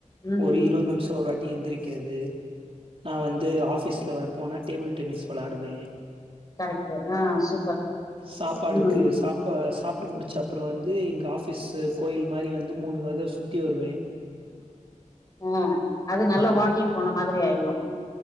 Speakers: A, on the left; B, on the right.
A: ம்
B: ஒரு இருவது நிம்ஷ ஒரு வாட் டி எந்திரிக்கிறது நா வந்து ஆஃபிஸ்ல போனா டேபிள் டென்னிஸ் வெளாடுவே
A: கரெக்ட்டு ஆ சூப்பர்
B: சாப்பாடுக்கு
A: ம்
B: சாப்பா அ சாப்ட்டு முடிச்ச அப்ற வந்து எங்க ஆஃபிஸ்சு கோயில் மாரி வந்து மூணு பாத சுத்தி வருவே
A: ஆ அது நல்ல வாக் கிங் போன மாதிரி ஆயிரு